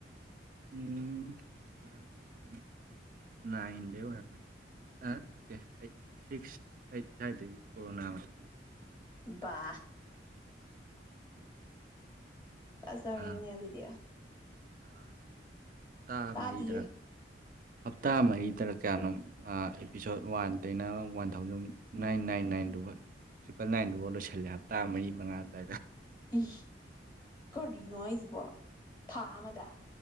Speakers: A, on the right; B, on the left.
A: ꯎꯝ ꯀꯂꯥꯁ ꯀꯌꯥꯅꫭ ꯅꯥꯏꯟꯗꯩ ꯑꯣꯏꯔꯝꯃꯅꯤ ꯑꯩ ꯅꯠꯇꯦ ꯑꯥꯠ ꯁꯤꯛ ꯁꯨꯋꯥꯏꯗꯩ ꯀꫭꫪꫭꯅ ꯃꯇꯝꯗꯩ
B: ꯕꯥ ꯐꯖꯔꯦꯅꯦ
A: ꯊꯥ
B: ꯑꯗꯨꯗꯤ
A: <unintelligible> ꯊꯥ
B: ꯇꯥꯗꯤꯌꯦ
A: ꯃꯔꯤꯗꯔ ꯍꯥꯞꯇꯥ ꯃꯔꯤꯗꯔꯥ ꯀꯌꯥꯅꯣꯝ ꯑꯥ ꯏꯄꯤꯁꯣꯗ ꯋꯥꯟꯗꯩꯅ one thousand nine nine nine ꯇꯔꯤꯄꯟ ꯅꯥꯏꯟ ꯗꯨ ꯐꯥꯎ ꯂꫭꯏꯁꯤꯂꯦ ꯍꯥꯞꯇꯥ ꯃꯔꯤ ꯃꯉꯥꯗ
B: ꯏ ꯀꯔꯤꯅꯣ ꯍꯥꯏꯖꯤꯕꯣ ꯊꯥ ꯑꯃꯗ